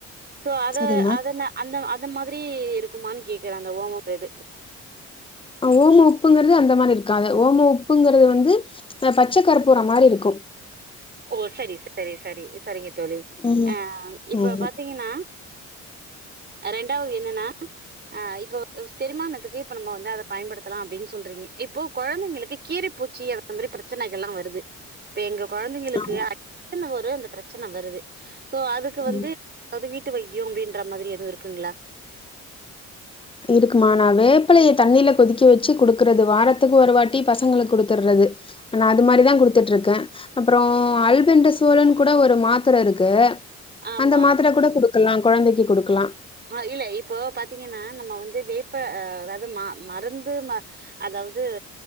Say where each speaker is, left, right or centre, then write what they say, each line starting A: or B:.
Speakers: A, on the right; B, on the left.
A: சோ அது
B: சரிம்மா
A: அதன அந்த அந்த மாதிரி இருக்குமான்னு கேக்குறேன் அந்த ஓமம் இது
B: ஹ் ஓம உப்புங்கறது அந்த மாதிரி இருக்காது ஓம உப்புங்கறது வந்து அஹ் பச்சை கற்பூற மாதிரி இருக்கு
A: ஓ சரி சரி சரி சரிங்க தோழி
B: ம்
A: அஹ் இப்ப
B: ஆமா
A: பாத்தீங்கன்னா ரெண்டாவது என்னன்னா ஆஹ் இப்ப செரிமானத்துக்கு இப்ப நம்ம வந்து அதை பயன்படுத்தலாம் அப்படின்னு சொல்றீங்க இப்போ குழந்தைங்களுக்கு கீரைப்பூச்சி அந்த மாதிரி பிரச்சனைகள் எல்லாம் வருது இப்ப எங்க குழந்தை <unintelligible> அந்த
B: ஆமா
A: பிரச்சனை வருது சோ அதுக்கு வந்து
B: ம்
A: ஏதாவது வீட்டு ட்டு வைத்தியம் அப்படின்ற மாதிரி எதுவும் இருக்குங்களா
B: இருக்குமா நான் வேப்பலையை தண்ணியில கொதிக்க வச்சு குடுக்குறது வாரத்துக்கு ஒரு வாட்டி பசங்களுக்கு குடுத்துடுறது நான் அது மாதிரிதான் குடுத்துட்டு இருக்கேன் அப்புறம் அல்பெண்ட சோழன் கூட ஒரு மாத்தர இருக்கு
A: ஆமா
B: அந்த மாத்திர கூட குடு இருக்கலாம் குழந்தைக்கு குடுக்கலாம்
A: ஆஹ் இல்ல இப்போ பாத்தீங்கன்னா நம்ம வந்து வேப்ப வெதமா மருந்து ம அதாவது